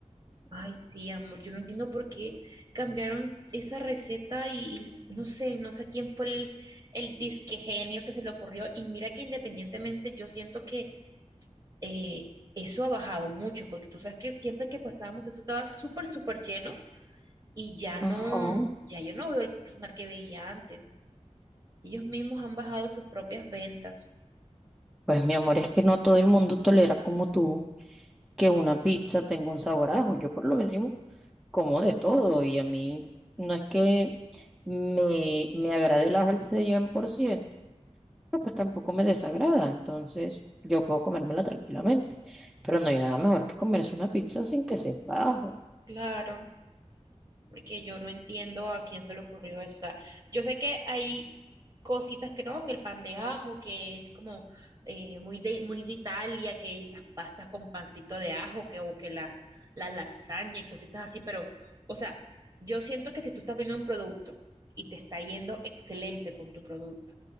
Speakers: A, on the right (about 30°); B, in the centre.
A: Ay, sí, amor, yo no entiendo por qué cambiaron esa receta y, y no sé, no sé quién fue el, el disque genio que se le ocurrió. Y mira que independientemente yo siento que eh, eso ha bajado mucho, porque tú sabes que siempre que pasábamos eso estaba súper, súper lleno y ya no,
B: Ajá.
A: ya yo no veo el personal que veía antes. Ellos mismos han bajado sus propias ventas.
B: Pues mi amor, es que no todo el mundo tolera como tú que una pizza tenga un sabor a ajo. Yo por lo menos como de todo y a mí no es que me, me agrade el ajo al 100%, pero pues tampoco me desagrada. Entonces yo puedo comérmela tranquilamente. Pero no hay nada mejor que comerse una pizza sin que sepa ajo.
A: Claro. porque yo no entiendo a quién se le ocurrió eso. O sea, yo sé que hay cositas que no, que el pan de ajo, que es como eh, muy de, muy de Italia, que las pastas con pancito de ajo, que, o que las, las lasañas y cositas así, pero, o sea, yo siento que si tú estás viendo un producto y te está yendo excelente con tu producto